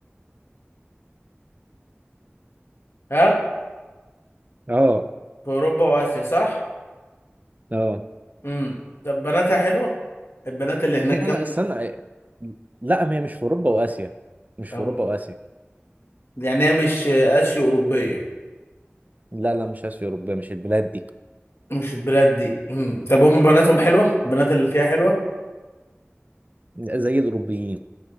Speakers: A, on the left; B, on the right.
A: ها
B: اه
A: في اوروبا واسيا صح
B: اه
A: امم طب بناتها حلوه البنات اللي هناك
B: لا
A: جامده
B: لا استنى لا هي مش في اوروبا واسيا مش في
A: أم-
B: اوروبا واسيا
A: يعني هي مش اسيو اوروبيه
B: لا لا مش اسيا اوروبيه مش البلاد دي
A: مش البلاد دي امم طب هم بناتهم حلوه البنات اللي فيها حلوه
B: زي الاوروبيين